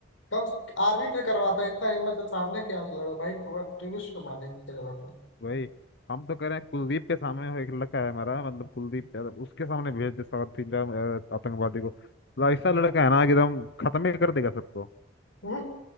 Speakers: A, on the left (about 85°); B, on the left (about 60°).
A: कम आर्मी पे करवाता इतना हिम्मत है सामने क्या लड़ो भाई टूरिस्ट को मारने की क्या जरूरत है
B: वही हम तो कह रहे हैं कुलदीप के सामने एक लड़का है हमारा मतलब कुलदीप यादव उसके सामने भेज दे सात तीन चार अ, आतंकवादी को ला- ऐसा लड़का है ना कि एकदम खत्म ही कर देगा सबको
A: हम्म,